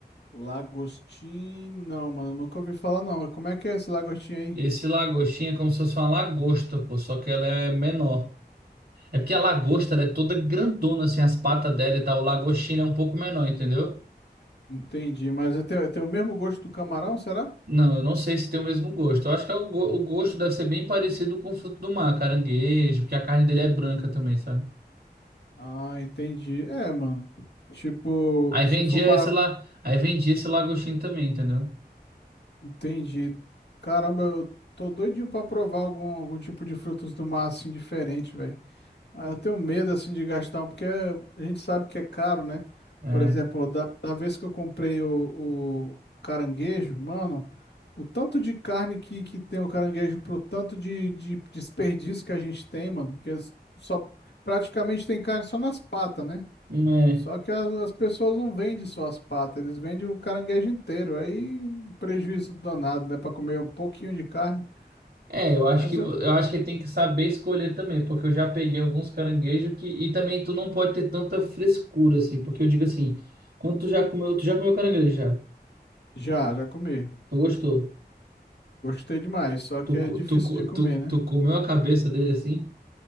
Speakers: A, on the left; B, on the right.
A: Lagostim, não, mano, eu nunca ouvi falar não. Como é que é esse lagostim aí?
B: Esse lagostinho é como se fosse uma lagosta, pô, só que ela é menor. É porque a lagosta ela é toda grandona assim, as patas dela e tal, o lagostinho é um pouco menor, entendeu?
A: Entendi, mas ele tem, tem o mesmo gosto do camarão, será?
B: Não, eu não sei se tem o mesmo gosto. Eu acho que é o, go- o gosto deve ser bem parecido com o fruto do mar, caranguejo, porque a carne dele é branca também, sabe?
A: Ah, entendi. É, mano. Tipo,
B: Aí
A: se
B: vendia
A: for parar.
B: esse lá, aí vendia esse lagostinho também, entendeu?
A: Entendi. Caramba, eu tô doidinho pra provar algum, algum tipo de frutos do mar assim diferente, velho. Ah, Eu tenho medo assim de gastar, um, porque a gente sabe que é caro, né?
B: É.
A: Por exemplo, da, da vez que eu comprei o, o caranguejo, mano, o tanto de carne que, que tem o caranguejo pro tanto de, de desperdício que a gente tem, mano, que as- só praticamente tem carne só nas patas, né?
B: É,
A: Só que as, as pessoas não vendem só as patas, eles vendem o caranguejo inteiro. Aí um prejuízo danado, né? Pra comer um pouquinho de carne.
B: É, eu acho
A: Mas
B: que eu
A: eu
B: acho que tem que saber escolher também, porque eu já peguei alguns caranguejos que e também tu não pode ter tanta frescura assim, porque eu digo assim, quando tu já comeu, tu já comeu caranguejo já?
A: já, já comi.
B: Tu gostou?
A: Gostei demais, só que
B: Tu,
A: é
B: co-
A: difícil
B: tu, co-
A: de comer,
B: tu,
A: né?
B: tu comeu a cabeça dele assim?